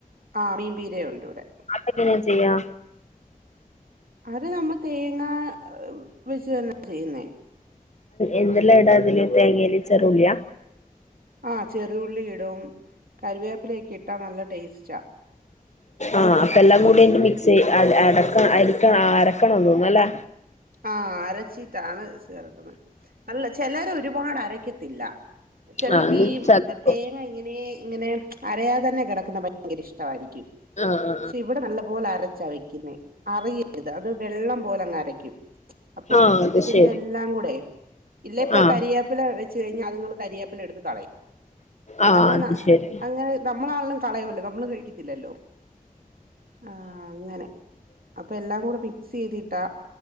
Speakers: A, on the right (about 80°); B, on the left (about 50°).
A: ആ മീൻ പീര്യ ഉണ്ട് ഇവിടെ.
B: എങ്ങനെചെയ്യാ.
A: അത് നമ്മൾ തേങ്ങ വെച്ച് തന്നെ ചെയ്യുന്നെ.
B: എന്തെല്ലാം ഇടാ അതില്. തേങ്ങല് ചെറുള്യ.
A: ആഹ് ചെറുഉുള്ളി ഇടും. കരുവേപ്പില ഒക്കെ ഇട്ടാ നല്ല ടേസ്റ്റാ,
B: ആഹ് അപ്പ എല്ലാം കൂടി ഐന്റെ മിക്സ് അടക്ക <unintelligible> അരിക്കണം അരക്കണം തോന്നുന്നു അല്ലേ.
A: ആഹ് അരച്ചിട്ടാണ് ചേർക്കുന്നത്. അല്ല ചെലര് ഒരുപാട് അരക്കത്തില്ല. ചെലോർക്ക്
B: ആ അത്
A: ഈ
B: ചതക്കും
A: തേങ്ങ ഇങ്ങനെ ഇങ്ങനെ അരയാതെ തന്നെ കെടക്കുന്നത് ഭയങ്കര ഇഷ്ട വായിരിക്കും.
B: ആ ആ
A: പക്ഷെ ഇവിടെ നല്ല പോലെ അരച്ചാ വെക്കുന്നെ. അറിയരുത്. അത് വെള്ളം പോലെ അങ് അരക്കും. അപ്പം
B: ആ ആ അത്
A: ഇതിന്റെ
B: ശരി
A: എല്ലാം കൂടെ. ഇല്ല ഇപ്പ
B: ആ
A: കരിവേപ്പില വെച്ച് കഴിഞ്ഞാ അത്ങ്ങൾ കരിയേപ്പില എടുത്ത്. കളയും.
B: ആ
A: അല്ലെ
B: അത് ശരി
A: അങ്ങനെ നമ്മളാണെലും കളയോല്ലോ നമ്മള് കഴിക്കും. ആ അങ്ങനെ. അപ്പൊ എല്ലാം കൂടെ മിക്സീ ചെയ്തിട്ടാ.